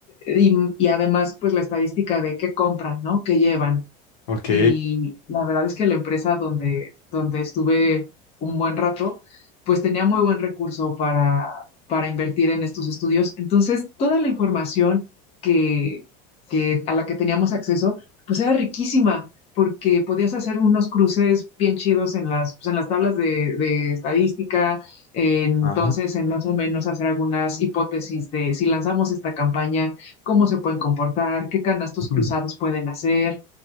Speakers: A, on the left; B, on the left.
A: y, y además pues la estadística de qué compran, ¿no? ¿Qué llevan?
B: Ok.
A: y la verdad es que la empresa donde, donde estuve un buen rato, pues tenía muy buen recurso para, para invertir en estos estudios. Entonces, toda la información que, que a la que teníamos acceso, pues era riquísima, porque podías hacer unos cruces bien chidos en las, pues, en las tablas de, de estadística, eh, entonces
B: Ajá.
A: en más o menos hacer algunas hipótesis de si lanzamos esta campaña, cómo se pueden comportar, qué canastos cruzados
B: mm.
A: pueden hacer,